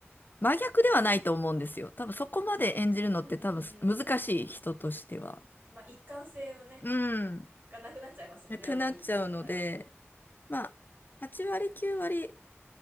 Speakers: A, on the left (about 45°); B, on the right (about 40°).
A: 真逆ではないと思うんですよ。多分そこまで演じるのって多分難しい人としては。
B: うんうんまあ一貫性をね
A: うん。
B: がなくなっちゃいますもんねあまりに変えちゃったら
A: なくなっちゃうので、まあ、8割、9割、